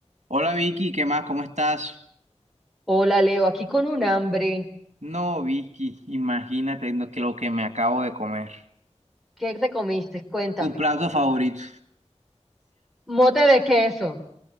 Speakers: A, on the right; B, in the centre.
A: Hola Vicky, ¿qué más? ¿Cómo estás?
B: Hola Leo, aquí con un hambre.
A: No, Vicky, imagínate no, que lo que me acabo de comer.
B: ¿Qué te comiste? Cuéntame.
A: Tu plato favorito.
B: Mote de queso.